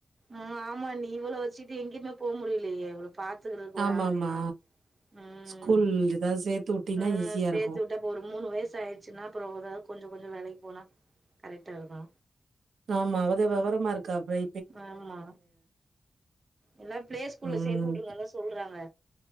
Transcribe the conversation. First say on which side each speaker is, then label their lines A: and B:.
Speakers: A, on the right (about 30°); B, on the right (about 85°).
A: ஆ ஆமா அண்ணி இவுள வெச்சுட்டு எங்கிமே போ முடிலியே இவள பாத்துக்கிறக்கு ஒரு
B: ஆமா
A: ஆளு
B: ஆமா
A: வேணு ம்
B: ஸ்கூல் ஏதாவது சேத்து வுட்டினா
A: ஆ
B: ஈஸியா
A: சேத்து
B: இருக்கு
A: உட்ட ஒரு மூணு வைசு ஆய்ட்ச்சுனா அப்பறோ ஒரால் கொஞ்சோ கொஞ்சோ வேலைக்கு போனா கரெக்டா இருக்கு
B: ஆமா அவதே வெவரமா இருக்கா பை
A: ஆமா இல்ல ப்ளே ஸ்கூல்ல
B: ம்
A: சேத்து உட்ருங்கதா சொ சொல்றாங்க